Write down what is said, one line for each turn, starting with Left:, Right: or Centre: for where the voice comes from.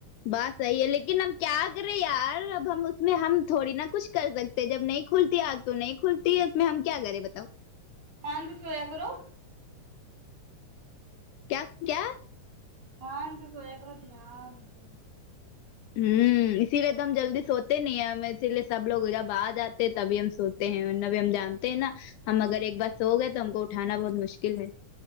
Left: بات صحیح ہے لیکن ہم کیا کرے یار اب ہم اس میں ہم تھوڑی نا کچھ کر سکتے جب نہیں کھلتی آنکھ تو نہیں کھلتی ہے اس میں ہم کیا کریںے بتاؤ
Right: مان بھی سویا کرو
Left: کیا کیا
Right: دھیان سے سویا کرو دھیان سے
Left: ہوں اسی لیے تو ہم جلدی سوتے نہیں ہیں ہم اسی لیے سب لوگ جب آ جاتے تبھی ہم سوتے ہیں ورنہ بھی ہم جانتے ہیں نا ہم اگر ایک بار سو گئے تو ہم کو اٹھانا بہت مشکل ہے